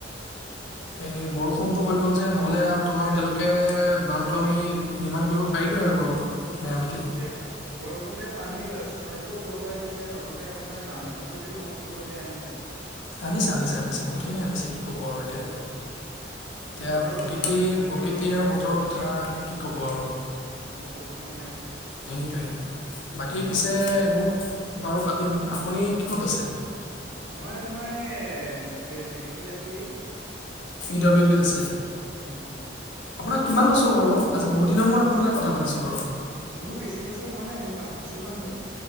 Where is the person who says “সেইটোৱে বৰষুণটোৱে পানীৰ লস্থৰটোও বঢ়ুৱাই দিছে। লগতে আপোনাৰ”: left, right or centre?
Right